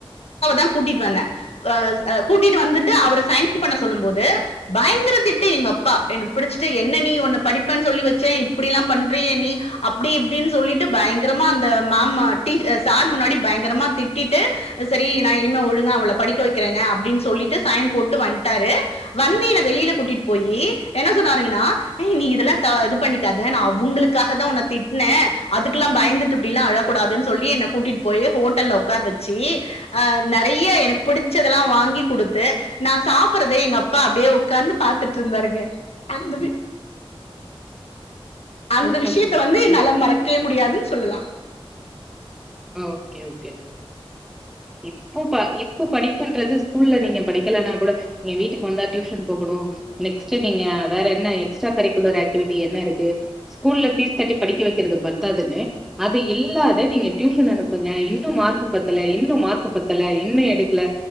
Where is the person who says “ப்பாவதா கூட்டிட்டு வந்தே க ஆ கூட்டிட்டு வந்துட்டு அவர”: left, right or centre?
Left